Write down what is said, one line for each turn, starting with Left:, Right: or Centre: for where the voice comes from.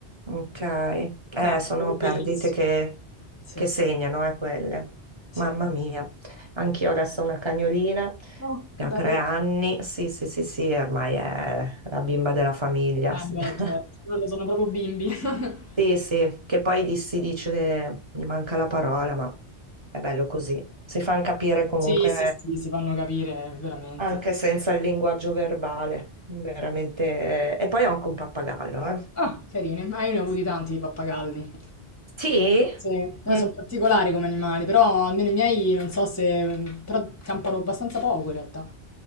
Right: Ok, eh,
Left: Beh, è un
Right: sono
Left: lavoro bellissimo.
Right: perdite che,
Left: Sì,
Right: che segnano, eh, quelle,
Left: sì.
Right: mamma mia, anch'io adesso ho una cagnolina
Left: Oh,
Right: che
Left: che
Right: ha
Left: bello.
Right: tre anni, sì sì sì sì, ormai è la bimba della famiglia,
Left: Eh,
Right: <laughs>
Left: beh, certo, loro sono proprio bimbi. <laughs>
Right: Sì, sì, che poi di- si dice, gli manca la parola, ma è bello così. Si fanno capire
Left: Eh,
Right: comunque
Left: Sì, sì, sì, si fanno capire veramente.
Right: anche
Left: sì.
Right: senza il linguaggio verbale, veramente. E poi ho anche un pappagallo, eh.
Left: Ah, carini, ma io ne ho avuti tanti di pappagalli.
Right: Sì?
Left: Sì, eh,
Right: Eh.
Left: sono particolari come animali, però almeno i miei non so se... mm, però campano abbastanza poco in realtà.